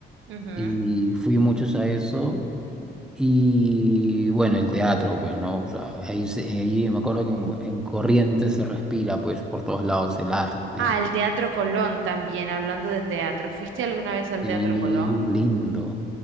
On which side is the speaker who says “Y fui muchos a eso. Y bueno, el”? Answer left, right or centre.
Centre